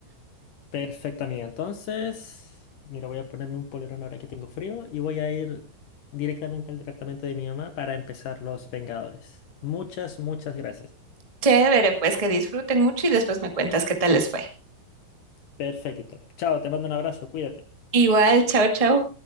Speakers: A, on the left (about 65°); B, on the right (about 35°).
A: Perfecto, amiga. Entonces, mira, voy a ponerme un polerón ahora que tengo frío y voy a ir directamente al departamento de mi mamá para empezar Los Vengadores. Muchas, muchas gracias.
B: <laughs> Chévere, pues que disfruten mucho y después me cuentas qué tal les fue.
A: Perfecto. Chao, te mando un abrazo, cuídate.
B: Igual, chao, chao.